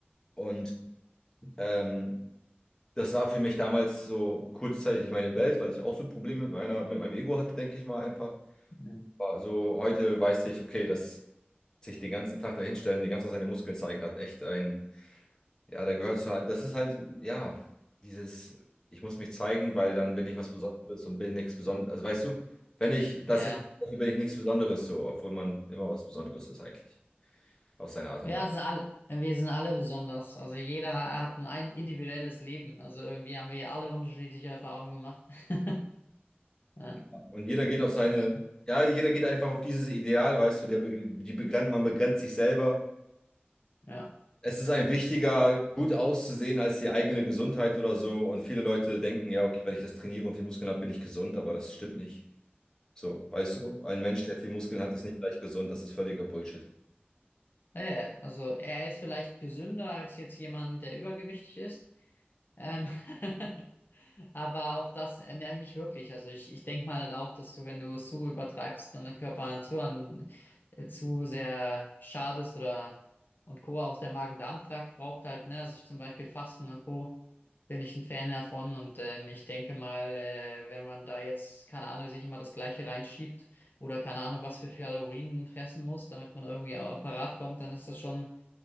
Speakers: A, on the left; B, on the left.
A: Und ähm, das war für mich damals so kurzzeitig meine Welt, weil ich auch so Probleme mit meiner, mit meinem Ego hatte, denke ich mal einfach.
B: <laughs>
A: Also heute weiß ich, okay, dass sich den ganzen Tag dahinstellen, die ganze Zeit seine Muskeln zeigen, hat echt ein, ja, da gehört zu halt, das ist halt, ja, dieses, ich muss mich zeigen, weil dann bin ich was Besonderes und bin nichts Besonderes. Also weißt du, wenn ich das
B: Ja.
A: jetzt, mache, bin ich nichts Besonderes so, obwohl man immer was Besonderes ist eigentlich, auf seine Art und
B: Ja,
A: Weise.
B: wir sind alle, wir sind alle besonders. Also jeder hat ein, ein individuelles Leben. Also irgendwie haben wir alle unterschiedliche Erfahrungen gemacht. <laughs> Ja,
A: Und jeder geht auf seine,
B: so,
A: ja, jeder geht einfach auf dieses Ideal, weißt du, der, be- die begrenzt, man begrenzt sich selber
B: ja.
A: Es ist ein wichtiger, gut auszusehen als die eigene Gesundheit oder so. Und viele Leute denken, ja, okay, wenn ich das trainiere und viel Muskeln habe, bin ich gesund, aber das stimmt nicht. So, weißt du, ein Mensch, der viel Muskeln hat, ist nicht gleich gesund. Das ist völliger Bullshit.
B: Ja, ja, also er ist vielleicht gesünder als jetzt jemand, der übergewichtig ist. Ähm, <laughs> Aber auch das, äh, ja, nicht wirklich. Also ich, ich denke mal auch, dass du, wenn du es zu übertreibst, und den Körper zu, an, äh, zu sehr schadest oder und Co. Auch der Magen-Darm-Trakt braucht halt, ne, also ich zum Beispiel Fasten und Co. bin ich ein Fan davon und ähm, ich denke mal, äh, wenn man da jetzt, keine Ahnung, sich immer das Gleiche reinschiebt oder keine Ahnung, was für Kalorien fressen muss, damit man irgendwie auch parat kommt, dann ist das schon,